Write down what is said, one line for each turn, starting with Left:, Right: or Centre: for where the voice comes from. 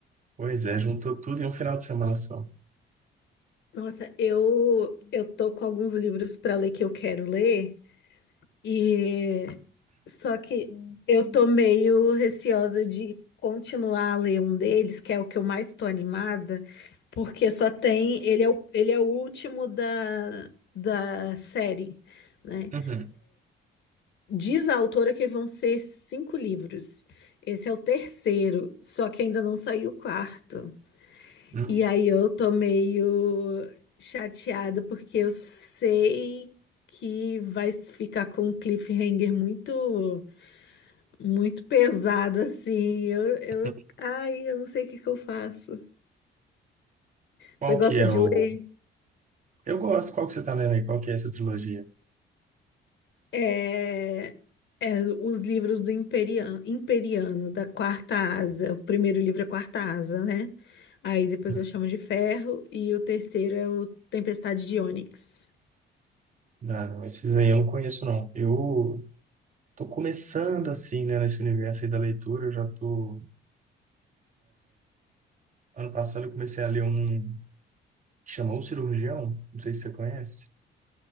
Right: Pois é, juntou tudo em um final de semana só.
Left: Nossa, eu eu tô com alguns livros para ler que eu quero ler. E só que eu tô meio receosa de continuar a ler um deles, que é o que eu mais tô animada, porque só tem, ele é o, ele é o último da, da série, né?
Right: Uhum.
Left: Diz a autora que vão ser cinco livros. Esse é o terceiro, só que ainda não saiu o quarto.
Right: Hum,
Left: E aí eu tô meio chateada porque eu sei que vai ficar com um cliffhanger muito muito pesado assim. Eu, eu,
Right: hum.
Left: ai, eu não sei o que que eu faço.
Right: Qual
Left: Você gosta
Right: que é
Left: de
Right: o...
Left: ler?
Right: Eu gosto, qual que você tá lendo aí? Qual que é essa trilogia?
Left: É, é, os livros do Imperiano, Imperiano, da Quarta Asa. O primeiro livro é Quarta Asa, né? Aí depois
Right: Hum.
Left: eu chamo de Ferro e o terceiro é o Tempestade de Ônix.
Right: Não, não, esses aí eu não conheço, não. Eu Tô começando assim, né, nesse universo aí da leitura. Eu já tô. Ano passado eu comecei a ler um que chama O Cirurgião, não sei se você conhece.